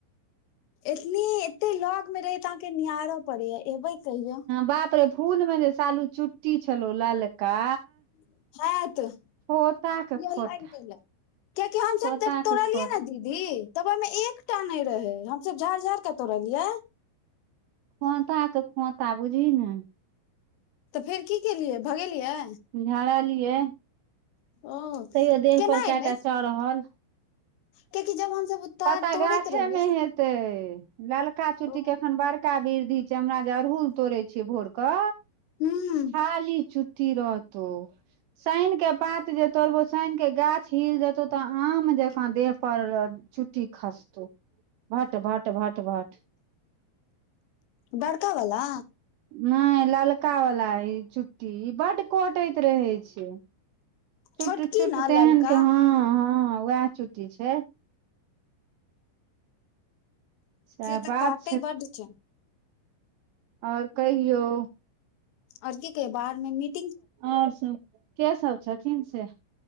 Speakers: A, on the left (about 85°); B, on the right (about 80°).
A: एतनी एते लग मे रहे त अहाँके निहार पड़े या एबे कहियो
B: बाप रे फूल मे जे सालू चुट्टी छलो ललका
A: <inaudible>
B: खोता के खोता
A: कयाकि हमसब
B: खोता
A: जब तोड़लियै
B: के खोत
A: न दीप दी तब ओहिमे एकटा नहि रहे हमस झाड़ झाड़ के तोड़लियै
B: खोता के खोता बुझी ने
A: त फेर की केलियै भगेलियै
B: झाड़ लियै
A: ओ
B: तैयो देह
A: केना
B: पर
A: एलै
B: केटा चरहल
A: कियाकि जब हमसब तार
B: पता
A: तोड़ैत
B: गाछे
A: रहियै
B: मे हेते ललका चुट्टी
A: ओ
B: के एखन बड़का वृद्धि छै हमरा अड़हुल तोड़े छियै भोर क
A: हूं
B: खाली छुट्ठी रहतौ शनि के पात जे तोड़बो शनि के गाछ हिल जेतौ त आम जकाँ देह पड़ छुट्टी खासतौ भट भट भट भट
A: बडकावला
B: नय ललका वाल इ चुट्टी ई बड कोटैत रहे छै चुट
A: छोटकी
B: चुट
A: ने
B: तेहन
A: ललका
B: के हँ हँ उएह चुट्टी छै सएह
A: से
B: बात
A: त काटे बड छै
B: और कहियौ
A: और की गई बाहर मे मीट
B: और सब के सब छथिन से